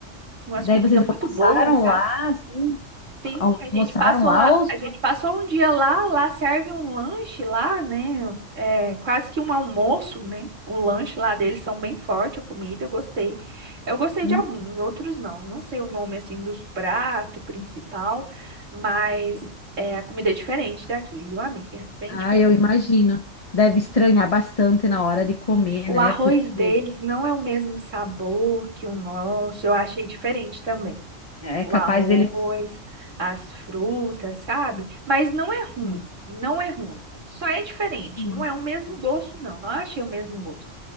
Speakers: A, on the right; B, on the left.
A: umas
B: Daí
A: comidas
B: vocês
A: muito
B: almoçaram
A: boas, sabe?
B: lá, assim?
A: Sim,
B: Almoçaram
A: a gente passou
B: lá
A: lá,
B: ou só...
A: a gente passou um dia lá, lá serve um lanche lá, né? É quase que um almoço, né? O lanche lá deles são bem forte, a comida, eu gostei. Eu gostei
B: Hum.
A: de alguns, outros não. Não sei o nome assim dos pratos principal, mas é, a comida é diferente daqui, viu, amiga? É Bem
B: Ah,
A: diferente.
B: eu imagino. Deve estranhar bastante na hora de comer,
A: Sim, o
B: né?
A: arroz
B: Porque
A: deles não é o mesmo sabor que o nosso, eu achei diferente também.
B: é
A: o
B: capaz
A: arroz,
B: deles...
A: as frutas, sabe? Mas não é ruim,
B: Sim,
A: não é ruim. Só é diferente,
B: sim.
A: não é o mesmo gosto, não. Não achei o mesmo gosto.